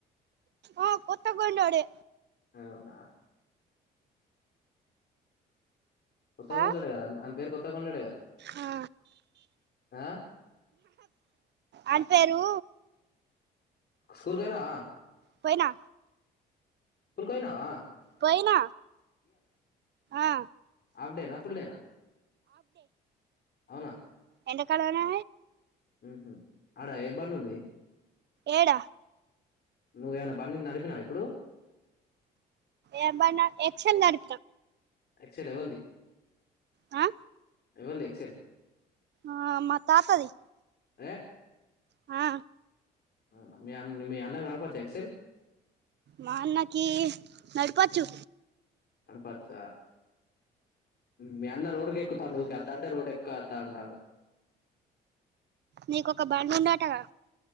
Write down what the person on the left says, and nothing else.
అవునా కొత్త కొండొడే
కదా అని పేరు కొత్త కొండొడే కదా
ఆ
స్కూల్కొయినవా
స్కూల్కొయినవా
హఫ్ డేనా ఫుల్ డేనా అవునా
మ్హ్ అడ ఏ బండుంది
నువ్వేమైనా బండి నడిపినావు ఇప్పుడు
ఎక్సల్ ఎవల్ది
ఏవ లేక్సన్
ఏ
అవునా మీ అన్న మీ అన్నకు నడపచ్చు ఎక్సల్
అడపచ్చ మీ అన్న రోడ్ క ఎక్కుతాను నువ్వుకెద్దా అంటే రోడ్డు ఎక్కువద్దా అంటాను